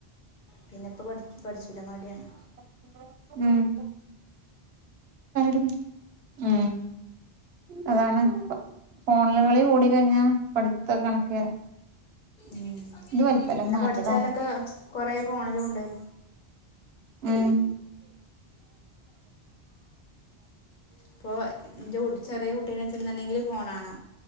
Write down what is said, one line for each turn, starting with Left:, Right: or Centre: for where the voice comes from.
Left: പിന്നിപ്പ പഠി പഠിച്ചില്ല മടിയാണ്
Right: ഉ ഞാൻ <inaudible> ആ അതാണ് ഫോ ഫോണില്കളി കൂടി കഴിഞ്ഞാ പഠിത്തോക്ക കണക്ക് ന്നെ
Left: ഉം
Right: ഇത് വൽപ്പല്ല
Left: എന്നാ
Right: ഇത് മാറ്റെടാ
Left: പഠിച്ചാലൊക്കെ കൊറേ ഫോണിലും ഉണ്ട്
Right: ഊം
Left: ഇപ്പൊ എന്റെ കുട്ടി ചെറിയ കുട്ടീനെ ചെന്നണ്ടെങ്കിൽ ഫോണാണ്